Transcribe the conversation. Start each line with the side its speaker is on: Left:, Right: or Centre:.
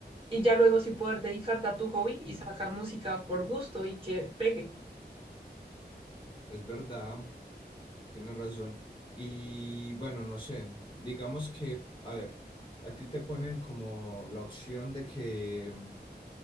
Right: y ya luego sí poder dedicarte a tu hobby y sacar música por gusto y que pegue.
Left: Es verdad, tienes razón. Y bueno, no sé, digamos que, a ver, a ti te ponen como la opción de que